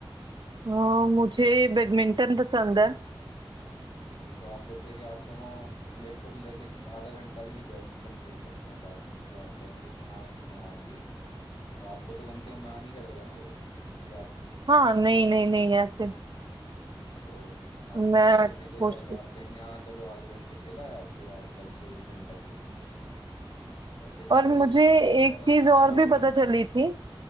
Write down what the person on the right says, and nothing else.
हाँ, मुझे बैडमिंटन पसंद है
हाँ
नहीं
नहीं
नहीं
ऐसे
मैं
खुश
हूँ।
और
मुझे
एक चीज और
भी
पता चली
थी